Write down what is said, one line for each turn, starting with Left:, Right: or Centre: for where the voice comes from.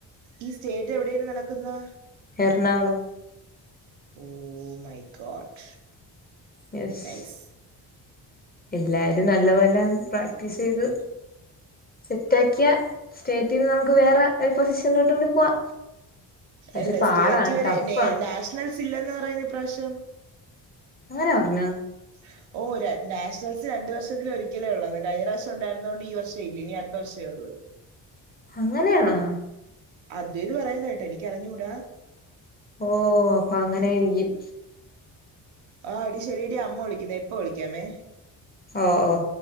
Right: ഈ സ്റ്റേറ്റ് എവിടെയാണ് നടക്കുന്നാ
Left: Ernakulam
Right: oh my god
Left: yes
Right: nice
Left: എല്ലാരും നല്ല പോലെ പ്രാക്ടീസ് ചെയ്തു സെറ്റ് ആക്കിയാ സ്റ്റേറ്റിന്ന് നമുക്ക് വേറെ ഒരു പൊസിഷനിലോട്ട് കൂടി പോവാ പക്ഷെ
Right: അല്ല
Left: പാടാണ്
Right: സ്റ്റേറ്റ് വരെ
Left: ടഫാണ്
Right: നാഷണൽസ് ഇല്ലന്ന് പറയുന്നു ഇപ്രാവശ്യം
Left: അങ്ങനെ പറഞ്ഞോ
Right: <inaudible> ഓഹ് നാഷണൽസ് രണ്ട് വർഷത്തിൽ ഒരിക്കലേ ഉള്ളന്ന് കഴിഞ്ഞ പ്രാവശ്യമുണ്ടായിരുന്നോണ്ട് ഈ വർഷം ഇല്ല ഇനി അടുത്ത വർഷേ ഒള്ളു
Left: അങ്ങനെയാണോ
Right: അദ്യുയ്ത് പറയുന്നെ കേട്ട് എനിക്ക് അറിഞ്ഞൂടാ
Left: ഓ അപ്പൊ അങ്ങനെയായിരിക്കും
Right: ആ അടി ശെരിയടി അമ്മ വിളിക്കുന്നേ ഇപ്പൊ വിളിക്കാമേ
Left: ആഹ് ഓ